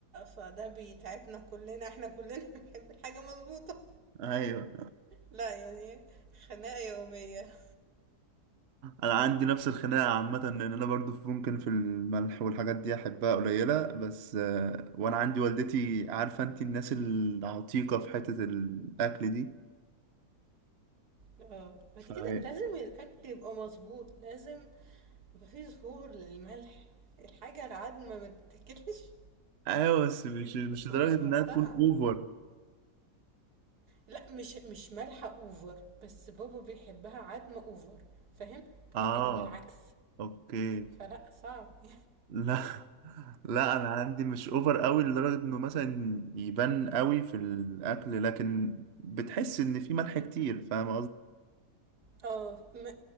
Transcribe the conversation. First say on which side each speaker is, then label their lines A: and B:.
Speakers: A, on the right; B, on the right.
A: فده بيتعبنا كلنا احنا كلنا <laughs> بنحب الحاجة مظبوطة
B: ايوه
A: لا يعني خناقة يومية
B: انا عندي نفس الخناقه عامه لان انا برضو في- ممكن في الملح والحاجات دي احبها قليله بس آه، وانا عندي والدتي عارفه انت الناس العتيقه في حته الاكل دي
A: اه بعد
B: فهي
A: كده لازم الأكل يبقى مظبوط لازم يبقى فيه ظهور للملح الحاجة العدمة ما تتاكلش
B: ايوه بس مش مش
A: بس
B: لدرجه
A: مش
B: انها
A: مقتنعة
B: تكون اوفر
A: ده لا مش مش مالحة اوفر بس بابا بيحبها عدمة اوفر فاهم
B: اه
A: اللي هو العكس
B: اوكي
A: فلا صعب <laughs>
B: لا لا انا عندي مش اوفر قوي لدرجه انه مثلا يبان قوي في الاكل لكن بتحس ان في ملح كتير فاهم
A: اه ما